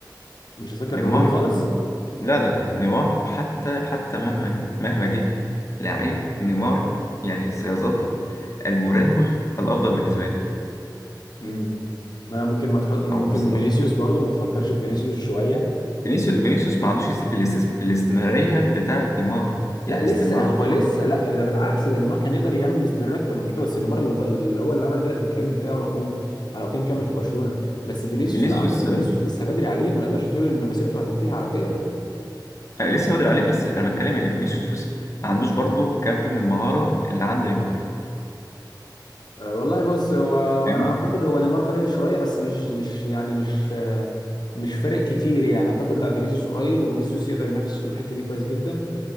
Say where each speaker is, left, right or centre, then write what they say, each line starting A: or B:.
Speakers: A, on the left (about 60°); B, on the left (about 40°).
A: مش هتفكر
B: نيمار
A: في روبينيو خالص
B: لا لا لا نيمار حتى حتى مهما مهما جه لعيب نيمار يعني سيظل المراوغ الافضل بالنسبه لي
A: امم ما ممكن ما تحط ممكن
B: او مصدر
A: فينيسيوس برضو ما تفكرش في فينيسيوس شويه
B: فينيسيوس فينيسيوس ما عندوش الاستس- الاستمراريه بتاعه نيمار
A: لا
B: يعني
A: لسه
B: استمرار
A: هو
B: نيمار
A: لسه لا ده بالعكس ده نيمار كان يقدر يعمل استمرار اكتر من كده بس نيمار اللي, ض- اللي هو اللي عمل كده في الكارير بتاعه لو كان لو كان كمل في برشلونه بس فينيسيوس
B: فينيسيوس
A: لا اعتقد فينيسيوس لسه بدري عليه ما نقدرش تقول ان مسيرته هتنتهي على كده
B: آه، لسه بدري عليه بس انا بتكلم ان فينيسيوس ما عندوش برضه كم المهاره اللي عند نيمار
A: أه، والله بص هو
B: فاهمني
A: انا اعتقد هو نيمار فارق شويه بس مش مش يعني مش آه، مش فارق كتير يعني اعتقد لا فينيسيوس قريب وفينيسيوس يقدر ينافس في الحته دي كويس جدا